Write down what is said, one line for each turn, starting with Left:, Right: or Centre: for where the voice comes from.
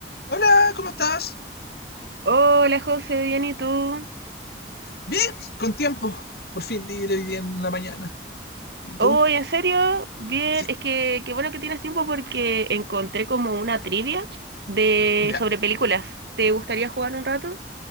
Left: Hola, ¿cómo estás?
Right: Hola José, bien, ¿y tú?
Left: Bien, con tiempo. Por fin libre hoy día en la mañana. ¿Y tú?
Right: Hoy, ¿en serio? Bien,
Left: Sí,
Right: es que qué bueno que tienes tiempo porque encontré como una trivia de
Left: ya.
Right: sobre películas. ¿Te gustaría jugar un rato?